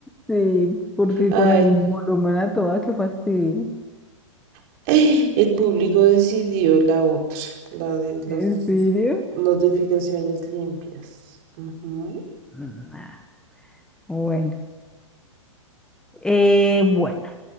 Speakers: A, in the centre; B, on the right.
A: Sí, porque
B: Ay,
A: con el volumen a toda, qué fastidio.
B: <sniffs> <sighs> el público decidió la otra, la de las
A: ¿En serio?
B: notificaciones limpias. Ujú.
A: Nah, bueno. Eh, bueno,